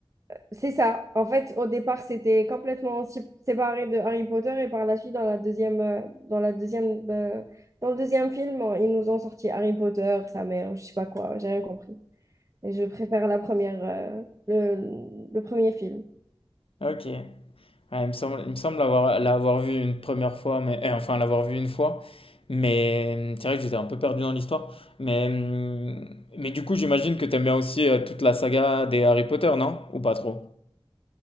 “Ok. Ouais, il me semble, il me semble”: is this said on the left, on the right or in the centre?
Left